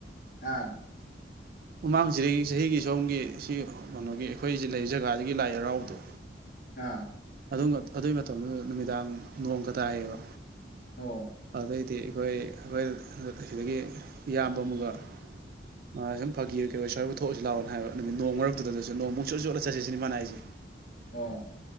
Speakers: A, on the left; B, on the right.
A: ꯑꯥ
B: ꯃꯃꯥꯡꯆ ꯆꯍꯤꯒꯤ ꯁꯣꯝꯒꯤ ꯁꯤ ꯀꯩꯅꯣꯒꯤ ꯑꯩꯈꯣꯏꯁꯤ ꯂꯩ ꯖꯒꯥꯁꯤꯒꯤ ꯂꯥꯏ ꯍꯔꯥꯎꯕꯗꯣ
A: ꯑꯥ
B: ꯑꯗꯨꯅ ꯑꯗꯨꯒꯤ ꯃꯇꯝꯗꯨꯗ ꯅꯨꯃꯤꯗꯥꯡ ꯅꯣꯡꯒ ꯇꯥꯏꯌꯦꯕ
A: ꯑꯣ
B: ꯑꯗꯩꯗꯤ ꯑꯩꯈꯣꯏ ꯑꯩꯈꯣꯏ ꯑꯁꯤꯗꯒꯤ ꯏꯌꯥꯝꯕ ꯑꯃꯒ ꯃꯒꯁꯨꯝ ꯐꯥꯒꯤ ꯀꯩꯑꯣꯏ ꯁꯋꯥꯏꯐꯧ ꯊꯣꯛꯎꯁꯦ ꯂꯥꯛꯑꯣ ꯍꯥꯏꯕ ꯅꯨꯃꯤꯠ ꯅꯣꯡ ꯃꯔꯛꯇꯨꯗꯁꯨ ꯅꯣꯡ ꯄꯨꯡꯆꯣꯠ ꯆꯣꯠꯂ ꯆꯠꯁꯤ ꯁꯤꯅꯤ ꯃꯥꯅ ꯍꯥꯏꯁꯤ
A: ꯑꯣ